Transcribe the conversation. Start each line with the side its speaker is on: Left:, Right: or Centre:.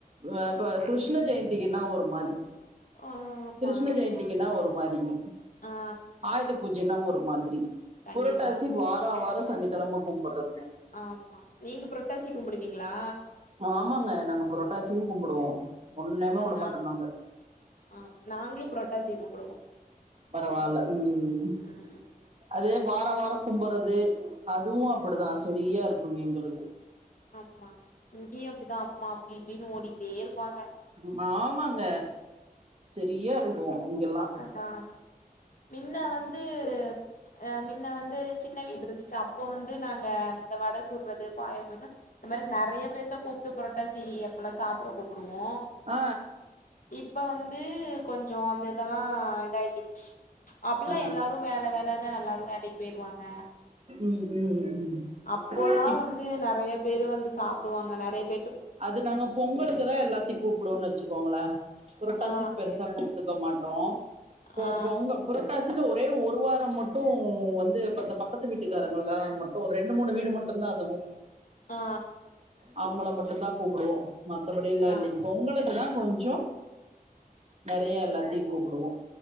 Right: ஆ இப்ப கிருஷ்ண ஜெயந்திக்குனா ஒரு மாதி
Left: ஆமா
Right: கிருஷ்ண ஜெயந்தி யன்னா ஒரு மாரிங்க
Left: ஆ
Right: ஆய்த பூஜைன்னா ஒரு மாதிரி.
Left: கண்டிப்பா
Right: புரட்டாசி வாரா வாரோ சனிக்கெழம கும்பட்றதுங்க.
Left: ஆம்மா நீங்க புரட்டாசி கும்புடுவிங்ளா?
Right: ஆமாங்க நாங்க புரட்டாசியு கும்புடுவோ. ஒன்னுமே
Left: ந் ந
Right: விட
Left: நா
Right: மாட்டோ நாங்க
Left: ஆம் நாங்ளு புரட்டாசி கும்புடுவோ.
Right: பரவால்ல ம்
Left: ம்
Right: அது வார வார கும்பறது. அதுவு அப்புடுதா
Left: ஆம்
Right: செரியா இருக்குங் எங்களுக்கு.
Left: ஆம்மா இங்கியு அப்டிதா அம்மா அப்டி இப்டின் ஓடிக்ட்டேருப்பாங்க.
Right: ம் ஆமங்க செரியாருக்கு இங்கெல்லா.
Left: அஹ மின்ன வந்து அ மின்ன வந்து சின்ன வீட்ரு ஞ்ச்சு அப்போ வந்து நாங்க இந்த வட சுட்றது பாயசன்னு இந்த மாரி நறைய பேத்த கூப்ட்டு புரட்டாசி அப்பல்லா சாப்ட கூப்புடுவோ.
Right: அ
Left: இப்ப வந்து கொஞ்சோ அந்த இதல்லா இதாய்க்கிச்சு அப்பல்லா
Right: ஆ
Left: எல்லாரு வேல வேலனு அல்லாரு வேலைக் போய்ருவாங்க.
Right: ம் ம் ம் ம்.
Left: அப்போல்லா
Right: இப்
Left: வந்து நறைய பேரு வந்து சாப்புடுவாங்க நறையப்
Right: அது நாங்க பொங்கலுக்குதா எல்லாத்தி கூப்புடுவன் வெச்சுக்கோங்களே புரட்டாசிக்
Left: ஆ
Right: பெருசா கூப்டுக் ட மாட்டோம் பொ
Left: ஆ
Right: பொங்க புரட்டாசில ஒரே ஒரு வாரம் மட்டு வந்து இப்ப இந்த பக்கத்து வீட்டுக்காரங்கள்லா ம ட்டு ஒர் ரெண் மூணு வீடு மட்டுந்தா அதுவு.
Left: ஆ
Right: அவுங்கள மட்டுந்தா கூப்புடுவோ மத்தபடியெல்லா
Left: ஆ
Right: இல்லீங் பொங்கலுக்கு தா கொஞ்சோ நறைய எல்லாத்தியு கூப்புடுவோ.